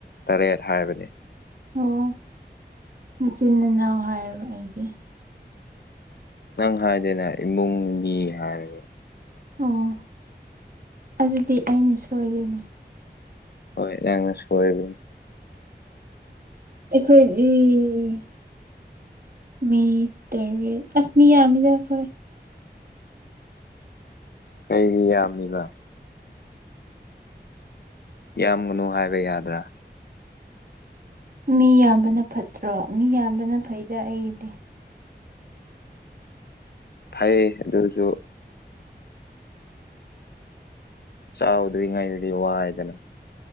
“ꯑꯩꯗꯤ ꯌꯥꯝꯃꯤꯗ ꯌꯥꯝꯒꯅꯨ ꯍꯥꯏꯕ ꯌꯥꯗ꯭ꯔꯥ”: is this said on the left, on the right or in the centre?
Left